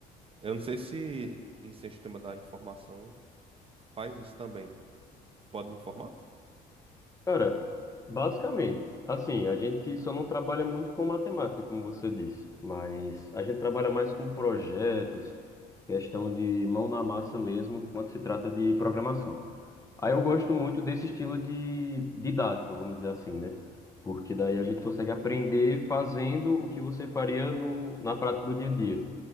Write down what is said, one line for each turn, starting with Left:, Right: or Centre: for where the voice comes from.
Right: Eu não sei se em Ciência do sistema da informação faz isso também. Pode me informar?
Left: Cara, basicamente, assim, a gente só não trabalha muito com matemática, como você disse, mas a gente trabalha mais com projetos, questão de mão na massa mesmo, quando se trata de programação. Aí eu gosto muito desse estilo de didática, vamos dizer assim, né? Porque daí a gente consegue aprender fazendo o que você faria no, na prática do dia a dia.